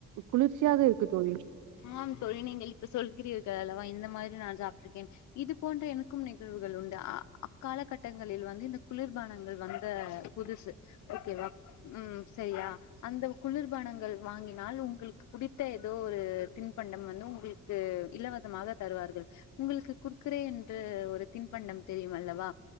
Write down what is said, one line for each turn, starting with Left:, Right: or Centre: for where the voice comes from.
Right: குளிர்ச்சியாக இருக்கு தோழி
Left: ஆம் தோழி நீங்கள் இப்ப சொல்கிறீர்கள் அல்லவா இந்த மாரி நான் சாப்பிட்டுருக்கேன் இது போன்ற எனக்கும் நிகழ்வு உண்டு அக்காலகட்டங்களில் வந்து இந்த குளிர்பானங்கள் வந்த புதுசு ஓகே வா ம் சரியா அந்த குளிர்பானங்கள் வாங்கினால் உங்களுக்கு புடித்த ஏதோ ஒரு தின்பண்டம் வந்து உங்களுக்கு இலவசமாக தருவார்கள் உங்களுக்கு குர்கரே என்று ஒரு தின்பண்ட ண்டம் தெரியும் அல்லவா